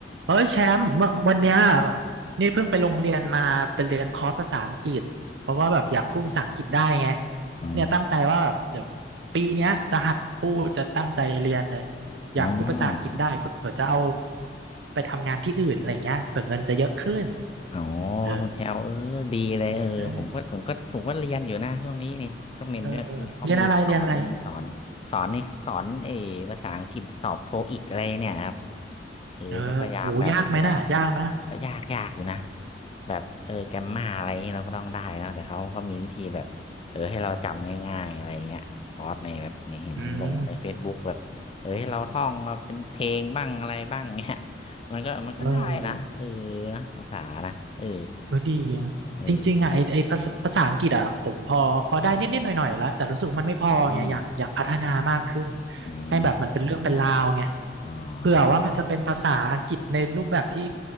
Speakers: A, on the right; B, on the left.
A: เอ้ยแชมป์เมื่อวันเนี้ยนี่เพิ่งไปโรงเรียนมาเป็นเรียนคอร์สภาษาอังกฤษเพราะว่าแบบอยากพูดภาษาอังกฤษได้ไง
B: อ๋อ
A: เนี่ยตั้งใจว่าแบบเดี๋ยวปีเนี้ยจะหัดพูดจะตั้งใจเรียนเลยอยากพูดภาษาอังกฤษได้เผื่อจะเอา
B: อ๋อ
A: ไปทำงานที่อื่นอะไรเงี้ยเผื่อเงินจะเยอะขึ้น
B: อ๋อ
A: เออ
B: ครับคุณแชวเออดีเลยเออผมก็ผมก็ผมก็เรียนอยู่นะช่วงนี้นี่ก็เมนเนี่ยนี่เขามีสอนสอนสอนนี่สอนเออภาษาอังกฤษสอบโทอีกอะไรเนี่ยครับ
A: เอ้ยเออเรียนอะไรเรียนอะไร
B: เออก็พยายามแบบพยายาม
A: เออโหยากไหมน่ะยากนะ
B: ก็ยากยากอยู่นะแบบเออแกมมาอะไรอย่างนี้เราก็ต้องได้นะแต่เขาก็มีวิธีแบบเออให้เราจำง่ายๆอะไรเงี้ยคอร์สในแบบเนี่ยเห็นลงใน
A: อืม
B: Facebook แบบเออให้เราท่องมาเป็นเพลงบ้างอะไรบ้างเงี้ย มันก็มันก็ได้นะเออ
A: เออ
B: นะภาษานะเออ
A: ก็ดีอะจริงๆอ่ะไอไอภาษาภาษาอังกฤษอ่ะผมพอพอได้นิดๆหน่อยๆแล้วแต่รู้สึกว่ามันไม่พอไงอยากอยากพัฒนามากขึ้น
B: เอออืมอืมใช่ใช่ใช่
A: ให้แบบมันเป็นเรื่องเป็นราวไง
B: อ๋อเนาะ
A: เผื่อว่ามันจะเป็นภาษาอังกฤษในรูปแบบที่